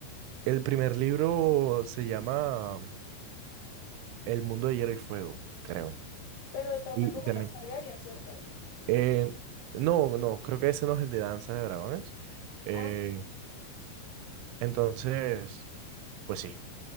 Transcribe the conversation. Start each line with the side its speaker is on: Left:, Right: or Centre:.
Right: El primer libro se llama El mundo de hielo y fuego, creo.
Left: pero trata
Right: Y
Left: como
Right: también
Left: los Targaryen, ¿cierto?
Right: Eh, no, no, creo que ese no es el de Danza de Dragones. Eh,
Left: Ah, sí,
Right: entonces, pues sí.